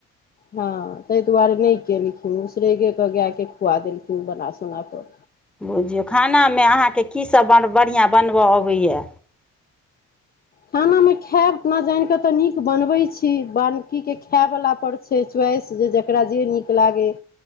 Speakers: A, on the left; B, in the centre.
A: हां तैय दुआरे नै केलखिन उसरेगेके गायके खुआ देलखिन बना सुना कऽ
B: बुझियौ खानामे अहाँके कि सभ बढ़िआँ बनबय अबै ये
A: खाना मे खायब अपना जान के तऽ नीक बनवबै छी बानकी के खाय बला पर छै, च्वाइस जे जकरा जे नीक लागैय।